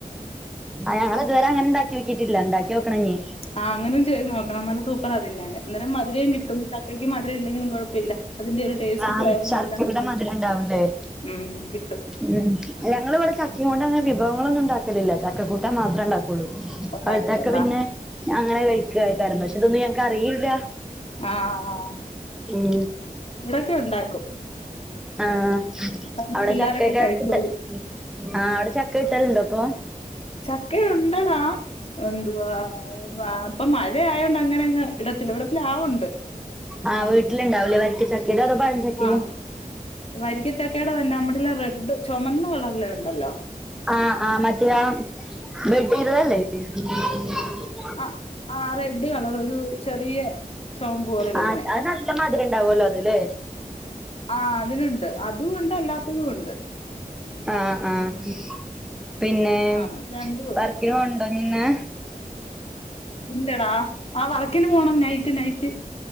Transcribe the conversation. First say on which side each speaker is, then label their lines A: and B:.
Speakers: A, in the centre; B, on the left (about 45°).
A: ആഹ് ഞങ്ങള് ഇതുവരെ അങ്ങനെ ഇണ്ടാക്യോക്കീട്ടില്ല ഇണ്ടാക്യോക്കണംഞ്
B: ആഹ് അങ്ങനെം ചെയ്ത് നോക്കണം നല്ല സൂപ്പറാ തിന്നാന് അന്നേരം മധരേം കിട്ടും ചക്കക്ക് മധുരം ഇല്ലങ്കിലും കൊഴപ്പയില്ല അതിന്റെ ഒരു ടേസ്റ്റ്
A: ആ
B: ഫ്ലേവറും
A: ശർക്കരയുടെ
B: എല്ലാം കിട്ടും
A: മധുരം ഉണ്ടാവുംല്ലേ
B: ഉം കിട്ടും
A: ഉം ഞങ്ങള് ഇവടെ ചക്കയും കൊണ്ട് അങ്ങനെ വിഭവങ്ങളൊന്നും ഇണ്ടാക്കലില്ല ചക്കക്കൂട്ടാൻ മാത്രേ ഇണ്ടാക്കോള്ളൂ
B: ഉണ്ടാക്കത്തുള്ളൂ
A: പഴുത്തക്ക പിന്നെ അങ്ങനെ കഴിക്കൊയിക്കാരം പക്ഷെ ഇതൊന്നും ഞങ്ങക്കറിയൂല്ല
B: ആ ആ ആ
A: ഉം
B: ഇവിടൊക്കെ ഉണ്ടാക്കും
A: ആഹ്
B: അതാവുമ്പോ
A: അവടെ
B: പിള്ളേരൊക്കെ
A: ചക്കൊക്കെ
B: കഴിച്ചോളും
A: <unintelligible> ആഹ് അവിടെ ചക്ക കിട്ടല്ണ്ടോ ഇപ്പൊ
B: ചക്കയുണ്ടെടാ എന്തുവാ ഇപ്പം മഴ മഴയായോണ്ട് അങ്ങനെ അങ്ങ് ഇടത്തില്ല ഇവിടെ പ്ലാവൊണ്ട്
A: ആഹ് വീട്ടില്ണ്ടാവുല്ലേ വരിക്ക ചക്കേ അതോ പഴം ചക്കയോ
B: ആഹ് വരിക്ക ചക്കേടെ തന്നെ നമ്മടെല റെഡ് ചൊമന്ന കളറില്ണ്ടല്ലോ
A: ആഹ് ആഹ് മറ്റയാ ഡഡ് <unintelligible>
B: ആഹ് ആഹ് റെഡ് കളറ് ഒരു ചെറിയ ചോമപ് പോലെ വരുന്നേ
A: ആഹ് അത് നല്ല മധിരം ഉണ്ടാവല്ലോ അത് ല്ലേ
B: ആ അതിനുണ്ട് അതും ഉണ്ട് അല്ലാത്തതും ഉണ്ട്
A: ആഹ് ആഹ് പിന്നേ
B: ആ രണ്ടും ഉണ്ട്
A: വർ ർക്നോവ്ണ്ടോ ഇഞ്ന്ന്
B: ഇല്ലെടാ ആഹ് വർക്കിന് പോണം നൈറ്റ് നൈറ്റ്